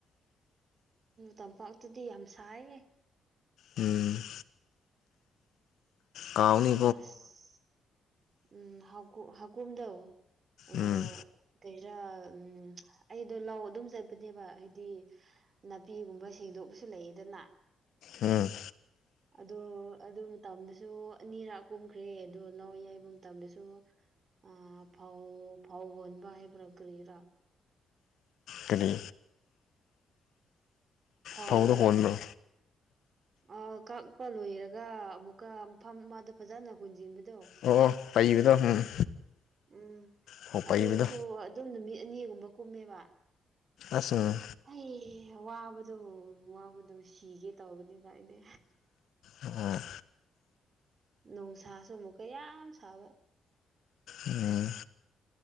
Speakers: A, on the right; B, on the left.
A: ꯇꯝꯄꯥꯛꯇꯨꯗꯤ ꯌꯥꯝ ꯁꯥꯏꯌꯦ
B: ꯎꯝ ꯀꯥꯎꯅꯤ
A: ꯑꯁ ꯎꯝ ꯍꯥꯎꯀꯨꯝ ꯍꯥꯀꯨꯨꯝꯗ ꯂꯧ
B: ꯎꯝ
A: ꯀꯩꯔꯥ ꯎꯝ ꯑꯩꯗꯣ ꯂꯥꯎ ꯑꯗꯨꯝ ꯆꯠꯄꯅꯦꯕ ꯍꯥꯏꯗꯤ ꯅꯥꯄꯤꯒꯨꯝꯕ ꯁꯦꯡꯗꯣꯛꯄꯁꯨ ꯂꯩꯌꯦꯗꯅ
B: ꯎꯝ
A: ꯑꯗꯣ ꯑꯗꯨ ꯃꯇꯝꯗꯁꯨ ꯑꯅꯤꯔꯛ ꯀꯨꯝꯈ꯭ꯔꯦ ꯑꯗꯣ ꯅꯥꯎ ꯌꯥꯏꯕ ꯃꯇꯝꯗꯁꯨ ꯑ ꯐꯧ ꯐꯧ ꯍꯣꯟꯕ ꯍꯥꯏꯕ꯭ꯔꯥ ꯀ꯭ꯔꯤꯔꯥ
B: ꯀꯔꯤ
A: ꯐꯧ
B: ꯐꯧꯗꯣ ꯍꯣꯟꯕ꯭ꯔꯣ
A: ꯑ ꯀꯛꯄ ꯂꯣꯏꯔꯒ ꯑꯃꯨꯛꯀ ꯃꯐꯝ ꯑꯃꯗ ꯐꯖꯅ ꯍꯨꯟꯖꯤꯟꯕꯗꯣ
B: ꯑꯣ ꯄꯩꯕꯗꯣ ꯎꯝ
A: ꯎꯝ
B: ꯐꯧ ꯄꯩꯕꯗꯣ
A: ꯑꯗꯨꯁꯨ ꯑꯗꯨꯝ ꯅꯨꯃꯤꯠ ꯑꯅꯤꯒꯨꯝꯕ ꯀꯨꯝꯃꯦꯕ
B: ꯑꯁ ꯎꯝ
A: ꯍ ꯋꯥꯕꯗꯣ ꯋꯥꯕꯗꯣ ꯁꯤꯒꯦ ꯇꯧꯕꯅꯤꯗ ꯑꯩꯗꯤ
B: ꯑꯣ
A: ꯅꯨꯡꯁꯥꯁꯨ ꯑꯃꯨꯛꯀ ꯌꯥꯝ ꯁꯥꯕ
B: ꯎꯝ